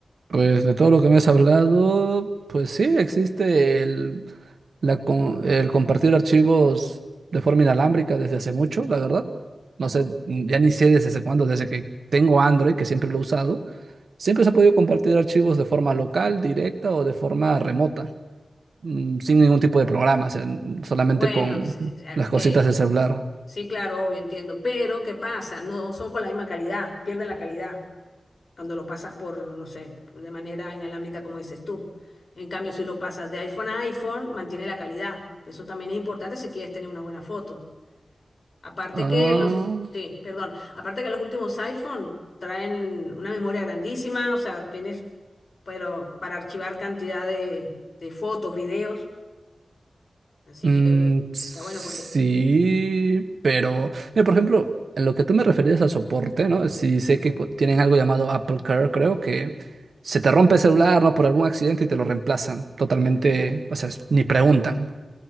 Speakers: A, on the right; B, on the left.
A: Pues de todo lo que me has hablado, pues sí, existe el, la con- el compartir archivos de forma inalámbrica desde hace mucho, la verdad. No sé, mm, ya ni sé desde hace cuándo, desde que tengo Android, que siempre lo he usado, siempre se ha podido compartir archivos de forma local, directa o de forma remota, mm, sin ningún tipo de programa, o sea, n- solamente
B: Bueno,
A: con
B: sí, sí, ah,
A: las
B: ok,
A: cositas del celular.
B: sí, claro, obvio, entiendo, pero ¿qué pasa? No son con la misma calidad, pierden la calidad cuando lo pasas por, no sé, por de manera inalámbrica como dices tú. En cambio, si lo pasas de iPhone a iPhone, mantiene la calidad, que eso también es importante si quieres tener una buena foto. Aparte
A: Ah,
B: que los, sí, perdón, aparte que los últimos iPhone traen una memoria grandísima, o sea, tienes, pero para archivar cantidad de, de fotos, videos, así
A: Mm,
B: que
A: sí,
B: está bueno por ahí.
A: pero, mira, por ejemplo, en lo que tú me referías a soporte, ¿no? Si sé que cu- tienen algo llamado Apple Care, creo que se te rompe el celular, ¿no? Por algún accidente y te lo reemplazan totalmente, o sea, es- ni preguntan.